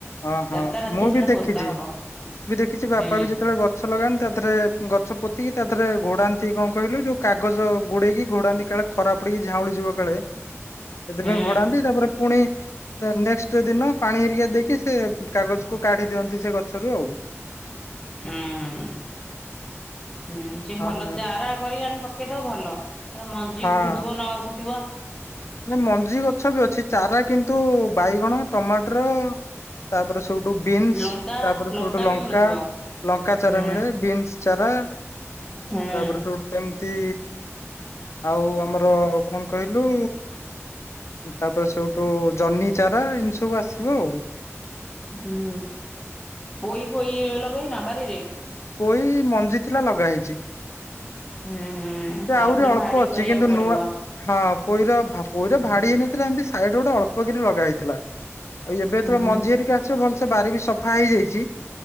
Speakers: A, on the left (about 65°); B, on the left (about 15°).
A: ଓ ହଁ
B: ରାତାରାତି
A: ମୁଁ
B: ସେଇଟା
A: ବି ଦେଖି
B: ପୋତା
A: ମୁଁ
B: ହବ।
A: ବି ଦେଖିଛି ବାପା
B: ହୁଁ
A: ବି ଯେତେବେଳେ ଗଛ ଲଗାନ୍ତି ତା ଦେହରେ ଗଛ ପୋତିକି ତାଥରେ ଘୋଡ଼ାନ୍ତି କଣ କହିଲୁ ଯୋଉ କାଗଜ ଘୋଡେଇକି ଘୋଡାନ୍ତି କାଳେ ଖରାପ ପଡିକି ଝାଉଳି ଯିବ କୋଳେ ସେଥିପାଇଁ
B: ହୁଁ
A: ଘଡାନ୍ତି ତାପରେ ପୁଣି ନେକ୍ସଟ ଦିନ ପାଣି ହେରିକି ଦେଇକି ସେ କାଗଜକୁୁ କାଢି ଦିଅନ୍ତି ସେ ଗଛରୁ ଆଉ।
B: ହୁଁ। ହୁଁ ସେ
A: ହଁ
B: ଭଲ ଚାରା କରିକି ଆଣି ପକେଇ ଦବ ଭଲ। ମଞ୍ଜି
A: ହଁ।
B: ଉଠୁଥିବ ନ ଉଠୁଥିବ।
A: ନା ମଞ୍ଜି ଗଛ ବି ଅଛି ଚାରା କିନ୍ତୁ ବାଇଗଣ ଟମାଟର ତାପରେ ସୋଉଠୁ ବିନ୍ସ
B: ଲଙ୍କା
A: ତାପରେ ସୋଉଠୁ ଲଙ୍କା
B: ବି ମିଳୁଥିବ।
A: ଲଙ୍କା ଚାରା
B: ହୁଁ
A: ମିଳେ ବିନ୍ସ ଚାରା
B: ହୁଁ
A: ତାପରେ ସେଉଠୁ ଆଉ ଆମର କଣ କହିଲୁ ତାପରେ ସେଇଠୁ ଜହ୍ନି ଚାରା ଏମିତି ସବୁ ଆସିବ ଆଉ।
B: ହୁଁ ପୋଇ ଫୋଇ ଲଗେଇନ ବାରିରେ।
A: ପୋଇ ମଞ୍ଜି ଥିଲା ଲଗା ହେଇଛି। ସେ
B: ହୁଁ ତାର
A: ଆହୁରି
B: ଫେରେ
A: ଅଳ୍ପ
B: ଭାଡି
A: ଅଛି
B: କରିବାକୁ
A: କିନ୍ତୁ
B: ପଡିବ।
A: ନୂଆ ହଁ ପୋଇର ଭାବ। ଭାଡି
B: ହୁଁ
A: ହେଇନଥିଲା ଏମତି ସାଇଡ ଗୋଟେ ଅଳ୍ପ କରି ଲଗା ହେଇଥିଲା ଆଉ ଏବେ ଯେତେବେଳେ
B: ହୁଁ
A: ମଞ୍ଜି ହରିକା ଆସିବ ଭଲ ସେ ବାରି ବି ସଫା ହେଇଯାଇଛି